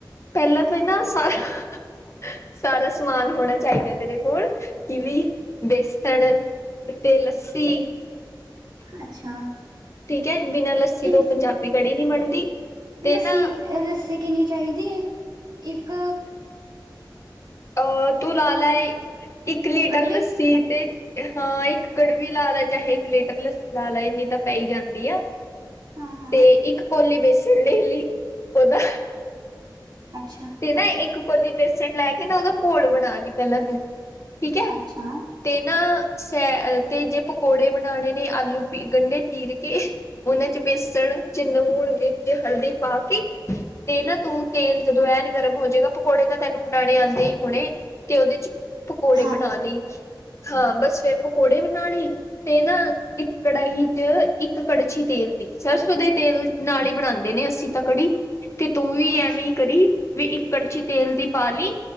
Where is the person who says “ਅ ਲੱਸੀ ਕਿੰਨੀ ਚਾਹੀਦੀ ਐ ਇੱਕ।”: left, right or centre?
Right